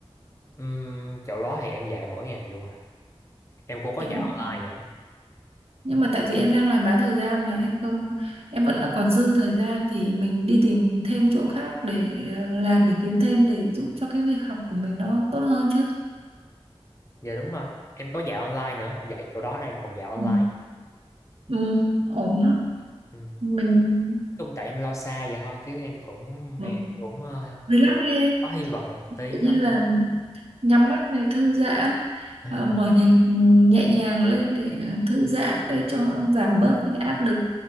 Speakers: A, on the left; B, on the right.
A: Ừm, chỗ đó thì em dạy mỗi ngày luôn rồi em cũng có
B: tại
A: dạy
B: mỗi
A: online nữa
B: nhưng mà tại vì em đang làm bán thời gian mà em không em vẫn là còn dư thời gian thì mình đi tìm thêm chỗ khác để ờ, làm để kiếm thêm để giúp cho cái việc học của mình nó tốt hơn chứ
A: dạ đúng rồi em có dạy online nữa dạy chỗ đó là em còn dạy online
B: ừ,
A: nữa
B: ừ, ổn đó
A: Ừ.
B: mình
A: chung tại em lo xa vậy thôi chứ em cũng
B: ừ.
A: em cũng ờ,
B: relax đi em
A: có hy vọng một
B: Tự
A: tí lắm
B: nhiên là
A: em.
B: nhắm mắt này thư giãn
A: <laughs>
B: ờ, mở nhạc nhẹ nhàng lên để ờ, thư giãn để cho giảm bớt những cái áp lực